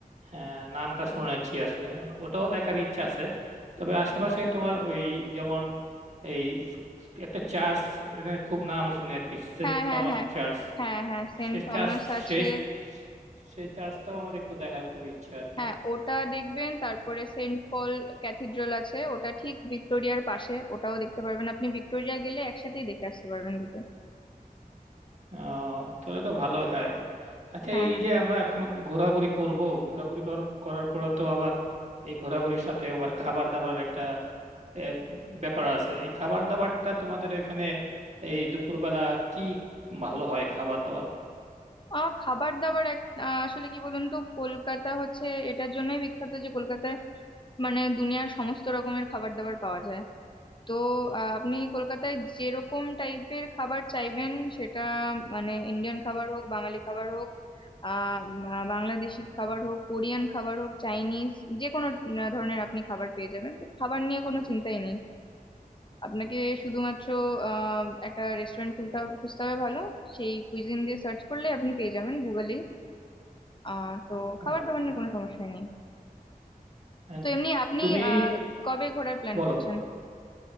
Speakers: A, on the right; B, on the left.
A: হ্যাঁ নামটা শুনেছি আসলে ওটাও দেখার ইচ্ছা আছে তবে আশেপাশে তোমার ওই যেমন এই একটা চার্চ খুব নাম শুনি আর কি সেন্ট
B: হ্যাঁ হ্যাঁ
A: থমাস
B: হ্যাঁ
A: চার্চ
B: হ্যাঁ হ্যাঁ সেন্ট
A: সে
B: থমাস
A: চার্চ
B: আছে
A: সেই সেই চার্চটাও আমার একটু দেখার খুব ইচ্ছা আর কি
B: হ্যাঁ ওটা দেখবেন তারপরে সেন্ট পল ক্যাথিড্রাল আছে ওটা ঠিক ভিক্টোরিয়ার পাশে ওটাও দেখতে পারবেন আপনি ভিক্টোরিয়া গেলে একসাথেই দেখে আসতে পারবেন দুটো
A: আহ তাহলে তো ভালো হয় আচ্ছা
B: হ্যাঁ
A: এই যে আমরা এখন ঘোরাঘুরি করব ঘোরাঘুরি কর- করার পরে তো আবার এই ঘোরাঘুরির সাথে আবার খাবার দাবার একটা আহ, ব্যাপার আছে এই খাবার দাবারটা তোমাদের এখানে এই দুপুরবেলা কি ভালো হয় খাবার দাবার
B: আহ খাবার দাবার এক আহ, আসলে কি বলুন তো কলকাতা হচ্ছে এটার জন্যই বিখ্যাত যে কলকাতায় মানে দুনিয়ার সমস্ত রকমের খাবার দাবার পাওয়া যায় তো আহ, আপনি কলকাতায় যেরকম টাইপের খাবার চাইবেন সেটা মানে ইন্ডিয়ান খাবার হোক বাঙালি খাবার হোক আহ উম, বাংলাদেশি খাবার হোক কোরিয়ান খাবার হোক চাইনিজ যে কোনো উম, ধরনের আপনি খাবার পেয়ে যাবেন তো খাবার নিয়ে কোনো চিন্তাই নেই আপনাকে শুধুমাত্র আহ একটা রেস্টুরেন্ট খুলতে হবে- খুঁজতে হবে ভালো সেই কুইজিন দিয়ে সার্চ করলে আপনি পেয়ে যাবেন গুগলেই আহ তো খাবার
A: আহ,
B: দাবার নিয়ে কোনো সমস্যা নেই
A: and
B: তো এমনি আপনি
A: তুমি
B: আহ কবে ঘোরার প্ল্যান
A: বলো
B: করছেন